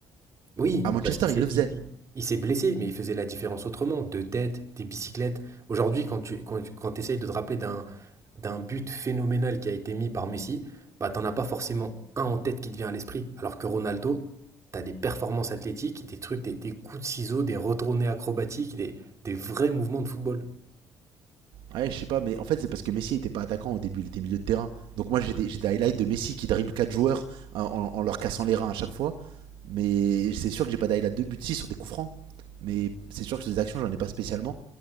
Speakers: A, on the right (about 40°); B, on the right (about 75°).
A: Oui,
B: À
A: mais
B: Manchester,
A: parce qu'il s'est
B: il le
A: il
B: faisait.
A: il il s'est blessé, mais il faisait la différence autrement, de tête, des bicyclettes. Aujourd'hui, quand tu quand tu- quand t'essayes de te rappeler d'un d'un but phénoménal qui a été mis par Messi, bah t'en as pas forcément un en tête qui te vient à l'esprit. Alors que Ronaldo, t'as des performances athlétiques, des trucs, des, des coups de ciseaux, des retournées acrobatiques, des, des vrais mouvements de football.
B: Ouais, je sais pas, mais en fait, c'est parce que Messi était pas attaquant au début, il était milieu de terrain. Donc moi, j'ai des, j'ai des highlights de Messi qui dribble 4 joueurs hein, en, en leur cassant les reins à chaque fois. Mais c'est sûr que j'ai pas d'highlight de but 6 sur des coups francs. Mais c'est sûr que sur des actions, j'en ai pas spécialement.